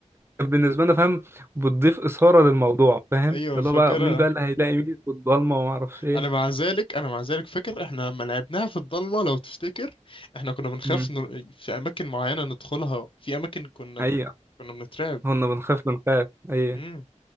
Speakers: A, on the right (about 20°); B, on the left (about 45°).
A: بالنسبة لنا فاهم بتضيف إثارة للموضوع فاهم
B: ايوه
A: اللي
B: فاكرها
A: هو بقى مين بقى اللي هيلاقي مين في الضلمة وما أعرفش إيه
B: انا مع ذلك انا مع ذلك فاكر احنا لما لعبناها في الضلمه لو تفتكر احنا كنا بنخاف
A: امم
B: نر... في اماكن معينه ندخلها في اماكن كنا
A: أيوة
B: كنا بنترعب
A: كنا بنخاف بنخاف أيوة
B: امم